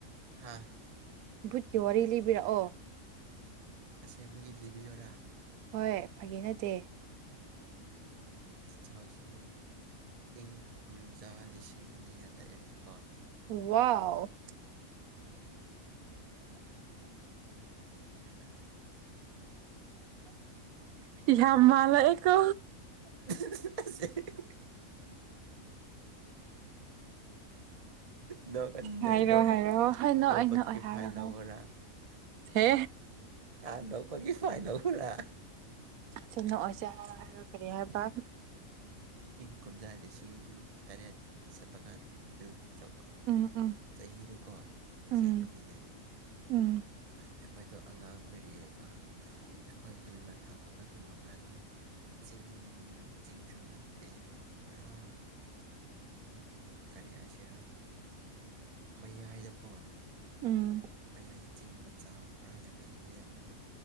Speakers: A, on the right (about 30°); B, on the right (about 85°).
A: ꯍꯥꯥ
B: ꯕꯨꯠꯀꯤ ꯋꯥꯔꯤ ꯂꯤꯕꯤꯔꯛꯑꯣ
A: ꯑꯁꯦꯡꯕꯒꯤ ꯂꯤꯕꯤꯌꯣꯔꯥ
B: ꯍꯣꯏꯌ‌ꯦ ꯐꯒꯤ ꯅꯠꯇꯦ
A: ꯇꯨ ꯊꯥꯎꯖꯟ ꯏꯪ ꯀꯨꯝꯖꯥ ꯂꯤꯁꯤꯡ ꯑꯅꯤꯒ ꯇꯔꯦꯠꯇ ꯀꯣ
B: ꯋꯥꯎ <unintelligible> ꯌꯥꯝ ꯃꯥꯂꯛꯑꯦꯀꯣ
A: <unintelligible> ꯅ‌ꯣꯛꯑꯅꯨꯅ‌ꯦ
B: ꯍꯥꯏꯔꯣ
A: ꯅ‌ꯣꯛ
B: ꯍꯥꯏꯔꯣ ꯍꯣꯏ ꯅꯣꯛꯑꯣꯏ
A: ꯅꯣꯛꯄꯀꯤ
B: ꯅꯣꯛꯑꯣꯏ ꯍꯥꯏꯔꯣ
A: ꯐꯥꯏꯟ
B: ꯍꯥꯏꯔꯣ
A: ꯂꯧꯋ‌ꯣꯔꯥ
B: ꯍꯦ
A: ꯑꯦ ꯅ‌ꯣꯛꯄꯒꯤ ꯐꯥꯏꯟ ꯂꯧꯋ‌ꯣꯔꯥ
B: ꯁꯦ ꯅ‌ꯣꯛꯑꯣꯏꯁ‌ꯦ <unintelligible> ꯍꯥꯏꯔ‌ꯣ ꯀꯔꯤ ꯍꯥꯏꯕ
A: ꯏꯪ ꯀꯨꯝꯖꯥ ꯂꯤꯁꯤꯡ ꯇꯔꯦꯠ ꯆꯠꯄ ꯀꯥꯟ ꯑꯗꯨ ꯑꯗꯨꯒꯤ
B: ꯎꯝ ꯎꯝ
A: ꯆꯍꯤꯗꯀꯣ ꯑꯁꯦꯡꯕꯒꯤꯅꯦ
B: ꯎꯝ ꯎꯝ
A: ꯑꯩꯈꯣꯏꯗꯣ ꯑꯉꯥꯡ ꯑꯣꯏꯔꯤꯌ‌ꯦꯕ ꯑꯩꯈꯣꯏ ꯈꯨꯟ ꯃꯊꯛ ꯑꯩꯈꯣꯏ ꯈꯨꯟ ꯃꯈꯥꯗ ꯆꯤꯡ ꯆꯤꯡꯁꯨ ꯅ ꯇ‌ꯦ ꯄꯨꯔꯥ ꯎꯝ ꯀꯔꯤ ꯍꯥꯏꯁꯤꯔꯥ ꯃꯩ ꯌꯥꯏꯗꯀꯣ
B: ꯎꯝ
A: ꯃꯌꯥꯏꯗ ꯆꯤꯡ ꯃꯆꯥ ꯄꯨꯔꯥ ꯌꯥꯝꯅ ꯅꯦꯝꯕꯅꯤ